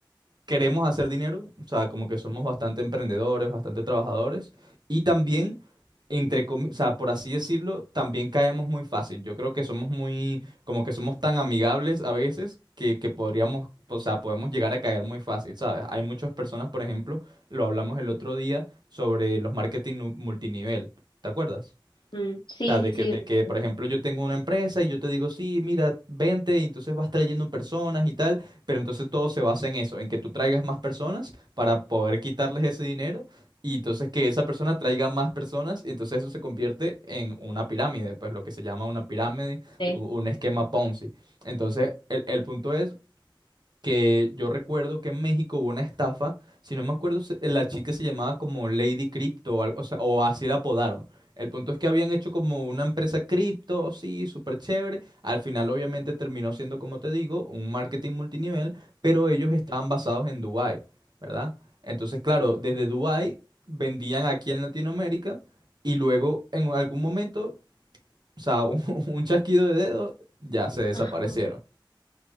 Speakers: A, on the right; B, on the left.
A: queremos hacer dinero, o sea, como que somos bastante emprendedores, bastante trabajadores, y también, entre comi- o sea, por así decirlo, también caemos muy fácil. Yo creo que somos muy, como que somos tan amigables a veces que, que podríamos, o sea, podemos llegar a caer muy fácil, ¿sabes? Hay muchas personas, por ejemplo, lo hablamos el otro día sobre los marketing nu- multinivel, ¿te acuerdas?
B: Ujú. Sí,
A: O sea, de
B: sí,
A: que,
B: sí,
A: de
B: recuerdo.
A: que, por ejemplo, yo tengo una empresa y yo te digo, sí, mira, vente, y entonces vas trayendo personas y tal, pero entonces todo se basa en eso, en que tú traigas más personas para poder quitarles ese dinero y entonces que esa persona traiga más personas y entonces eso se convierte en una pirámide, pues lo que se llama una pirámide,
B: sí.
A: u- un esquema Ponzi. Entonces, el, el punto es que yo recuerdo que en México hubo una estafa, si no me acuerdo, se- la chica se llamaba como Lady Crypto o algo, o sea, o así la apodaron. El punto es que habían hecho como una empresa cripto, sí, súper chévere. Al final obviamente terminó siendo, como te digo, un marketing multinivel, pero ellos estaban basados en Dubái, ¿verdad? Entonces, claro, desde Dubái vendían aquí en Latinoamérica y luego en algún momento, o sea, <laughs> un, un chasquido de dedo, ya se desaparecieron.
B: Ajá.